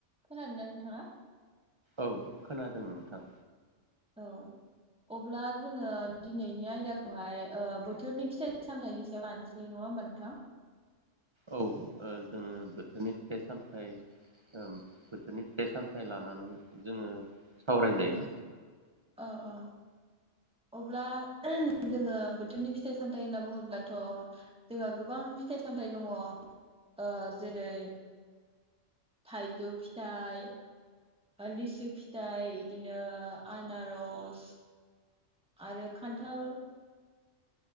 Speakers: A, in the centre; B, on the right.
A: खोनादोना नोंथांआ?
B: औ खोनादों नोंथां
A: औ अब्ला जोङो दिनैनि आयदाखौहाय ओ बोथोरनि फिथाइ सामथायाइनि सायाव लानोसै नङा होमबा नोंथां?
B: औ ओ जोङो बोथोरनि फिथाइ सामथाय ओं बोथोरनि फिथाइ सामथ लानानै जोङो सावरायजायो
A: ओं अ अ अब्ला जोङो बोथोरनि फिथाइ सामथायाइ होनना बुङोब्लाथ जोंहा गोबां फिथाइ सामथायाइ दङ ओ जेरै थाइजौ फिथाइ लिसु फिथाइ बिदिनो आनारस आरो खान्थाल